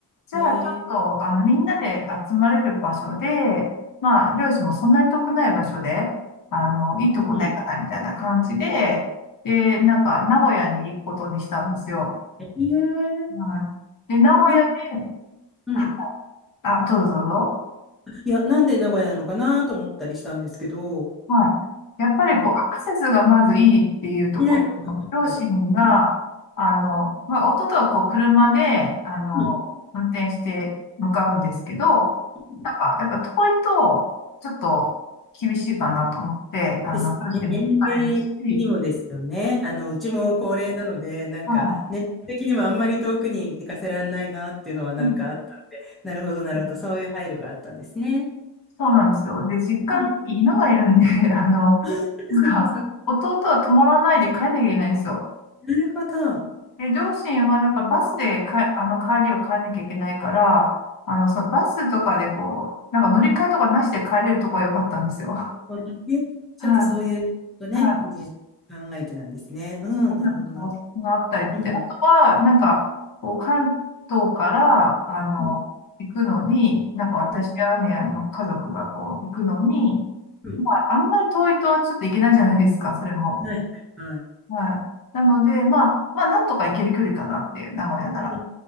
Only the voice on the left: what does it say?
じゃあちょっと、
あの、みんなで集まれる場所で、まあ、両親もそんなに遠くない場所で、あの、いいとこないかな、
みたいな感じで、で、なんか、名古屋に行くことにしたんですよ。
はい。で、名古屋で、
はあ、どうぞどうぞ。
はい。やっぱりこう、
アクセスがまずいいっていうところ。
両親が、
あの、まあ、夫とはこう、車で、あの、
運転して向かうんですけど、
なんか、やっぱ遠いと、ちょっと厳しいかなと思って、あの、
両親も疲れるし、
は
い。うん
うん
そうなんですよ。で、実家に犬がいるんで、
<laughs> あの、
なんか、弟は止まらないで帰んなきゃいけないんですよ。
で、両親は、なんかバスでか、あの、帰りを帰んなきゃいけないから、あの、そのバスとかでこう、なんか乗り換えとかなしで帰れるとこは良かったんですよ。
<laughs>
はい。はい。
そうなんですよそのあったり。
で、あとは、なんか、こう、関東から、あの、
行くのに、なんか私や姉やの家族がこう、
行くのに、
まあ、あんまり遠いとちょっと行けないじゃないですか、それも。
はい。なので、まあ、まあ、なんとか行ける距離かなっていう、名古屋なら。
っ